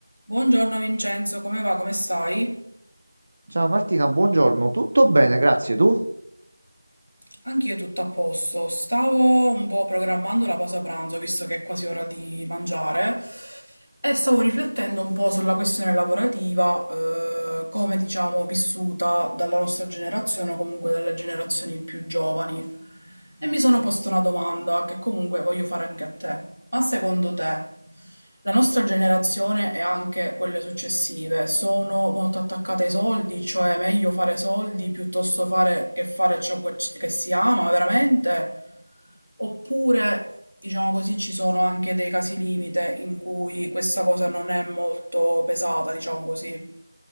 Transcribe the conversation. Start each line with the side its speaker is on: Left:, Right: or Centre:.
Left: Buongiorno Vincenzo, come va? Come stai?
Right: Ciao Martina, buongiorno. Tutto bene, grazie. Tu?
Left: Anch'io tutto a posto. Stavo un po' programmando la pausa pranzo, visto che è quasi ora di mangiare, e stavo riflettendo un po' sulla questione lavorativa, eh, come diciamo vissuta dalla nostra generazione o comunque dalle generazioni più giovani. E mi sono posto una domanda che comunque voglio fare anche a te. Ma secondo te la nostra generazione e anche quelle successive sono molto attaccate ai soldi? Cioè è meglio fare soldi piuttosto fare che fare ciò che che si ama veramente? Oppure, diciamo così, ci sono anche dei casi limite in cui questa cosa non è molto pesata, diciamo così.